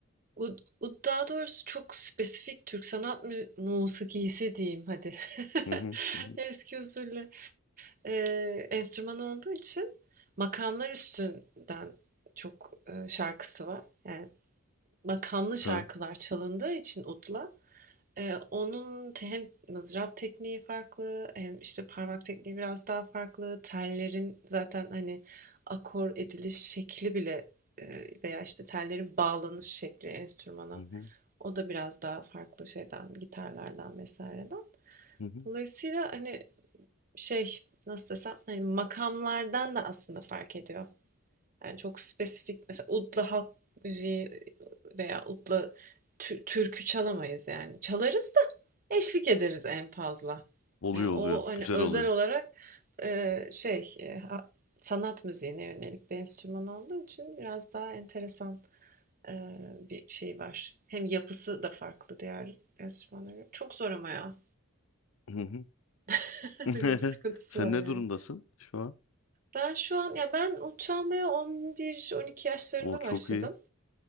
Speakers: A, on the right; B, on the left.
A: u- u- daha doğrusu çok spesifik Türk sanat mü musikisi diyeyim hadi. <laughs>
B: Hı hı hı. hı.
A: Eski usulle. eee, enstrüman olduğu için makamlar üstünden çok e, şarkısı var. Yani makamlı şarkılar
B: Tabii.
A: çalındığı için udla e, onun te- hem mızrap tekniği farklı hem işte parmak tekniği biraz daha farklı. Tellerin zaten hani akor ediliş şekli bile e, veya işte tellerin bağlanış şekli enstrümana
B: Hı hı
A: o da biraz daha farklı şeyden gitarlardan vesaireden.
B: hı. hı.
A: Dolayısıyla hani şey nasıl desem hani makamlardan da aslında fark ediyor. Yani çok spesifik mesela udla halk müziği veya udla tü- türkü çalamayız yani. Çalarız da eşlik ederiz en fazla.
B: Oluyor
A: Yani o
B: oluyor.
A: hani
B: Güzel
A: özel
B: oluyor.
A: olarak e, şey e, sanat müziğine yönelik bir enstrüman olduğu için biraz daha enteresan e, bir şey var. Hem yapısı da farklı diğer enstrümanlara göre. Çok zor ama ya.
B: Hı hı.
A: <laughs>
B: <laughs>
A: Öyle bir sıkıntısı
B: Sen
A: var
B: ne
A: yani.
B: durumdasın şu an?
A: Ben şu an ya ben ut çalmaya 11-12 yaşlarında
B: O çok
A: başladım.
B: iyi.